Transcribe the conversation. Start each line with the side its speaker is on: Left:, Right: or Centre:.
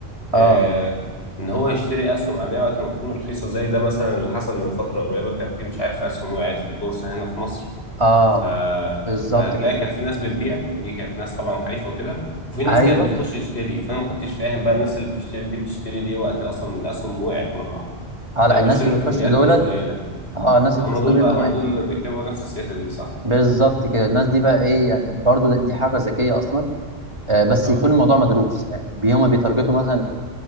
Right: اه
Left: آه ان هو يشتري اسهم عاديه وقت ما تكون رخيصه زي ده مثلا اللي حصل من فتره قريبه كان في مش عارف اسهم وقعت في البورصه هنا في مصر
Right: اه
Left: ف...
Right: بالظبط
Left: فهتلاقي
Right: كده
Left: كانت في ناس بتبيع دي كانت ناس طبعا خايفه وكده وفي ناس
Right: ايوه
Left: كانت بتخش تشتري فانا ما كنتش فاهم بقى الناس اللي بتشتري دي بتشتري ليه وقت اصلا من الاسهم وقعت مره واحده
Right: اه
Left: وكانوا
Right: لا الناس
Left: بيشتروا
Right: اللي
Left: بكميات
Right: بيخشوا دولت
Left: مش قليله
Right: اه الناس
Left: فهم
Right: اللي بيخشوا
Left: دول
Right: دول بيبقوا
Left: بقى هم
Right: يعني
Left: دول اللي بيتبعوا نفس السياسه دي صح؟
Right: بالظبط كده الناس دي بقى ايه يعني برضو ده- دي حركه ذكيه اصلا آه بس
Left: اه
Right: يكون الموضوع مدروس يعني بي- هما بيتارجتوا مثلا